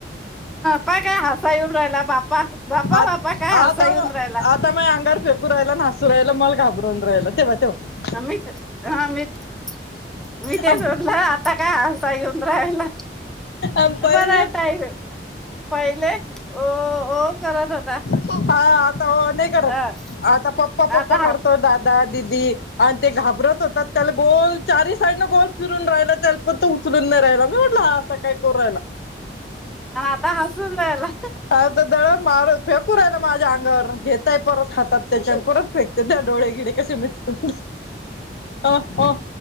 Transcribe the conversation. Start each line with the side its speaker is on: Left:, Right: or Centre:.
Centre: पाय काय हसा येऊन राहिला बापा बापा
Left: आ
Centre: बापा काय
Left: आता
Centre: हसा येऊन राहिला
Left: आता म अंगावर फेकू राहिला आणि हसू राहिला मला घाबरवून राहिला ते‌ बघ ते बघ
Centre: अमित हा अमित मी ते
Left: आम-
Centre: सोडलं आता काय आरसा घेऊन राहिला
Left: आम पहिले
Centre: बरं ऐक पहिले ओ ओ करत होता
Left: हा आता ओ नाही करत
Centre: अ
Left: आता पप्पा
Centre: आता
Left: पप्पा
Centre: हा
Left: करतो दादा दिदी आणि ते घाबरत होता त्याला गोल चारी साईडनं गोल फिरून राहिला त्याला पण तो उचलून नाही राहिला हा असा काय करु राहीला
Centre: आणि आता हसून राहिला
Left: आता दळण मारत फेकू राहिला माझ्या अंगावर घेतय परत हातात त्याच्या आणि परत फेकते ते पाय डोळे गिडे कसे मिचकून ह